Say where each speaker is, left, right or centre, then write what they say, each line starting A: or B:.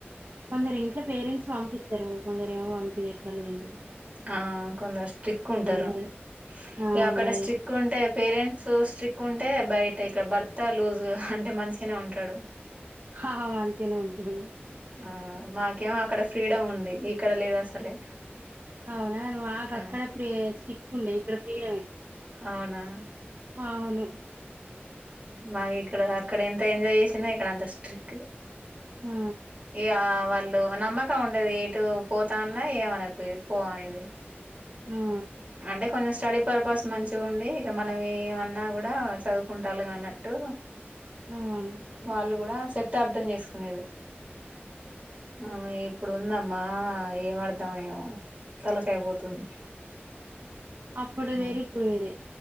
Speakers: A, on the right; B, on the right.
A: కొందరు ఇంట్లో పేరెంట్స్ పంపిత్తరు కొందరేమో పంపియ <unintelligible>
B: ఆ కొందరు స్ట్రిక్ ఉంటరు.
A: గదే ఆ
B: ఇగ అక్కడ
A: గదే
B: స్ట్రిక్ ఉంటే పేరెంట్స్ స్ట్రిక్ ఉంటే బయట ఇక భర్త లూజ్గా అంటే మంచిగనే ఉంటడు.
A: హా మంచిగనే ఉంటది
B: ఆ మాకేమో అక్కడ ఫ్రీడం ఉంది. ఇక్కడ లేద్ అసలే
A: అవునా మాకక్కడ
B: ఆ
A: ఫ్రీ స్ట్రిక్ ఉండే ఇక్కడ ఫ్రీడమే
B: అవునా
A: అవును.
B: మాకు ఇక్కడ అక్కడ ఎంత ఎంజాయ్ చేసింనో ఇక్కడ అంత స్ట్రిక్
A: ఆ
B: ఇగ అవన్ లు నమ్మకం ఉండది ఎటు పోతా అన్నా ఏమనకపోయేది పో అనేది
A: ఆ
B: అంటే కొంచెం స్టడీ పర్పస్ మంచిగుండి ఇక మనం ఏమన్నా గుడా చదువుకుంటాన్లుగా అన్నట్టు
A: అవును
B: వాళ్ళు గుడా చెప్తే అర్థం చేసుకునేది. ఆ ఇప్పుడు ఉందమ్మా ఏం అర్థంమో ఏమో తలకాయ్ పోతుంది.
A: అప్పుడు
B: ఉమ్.
A: వేరే ఇప్పుడు వేరే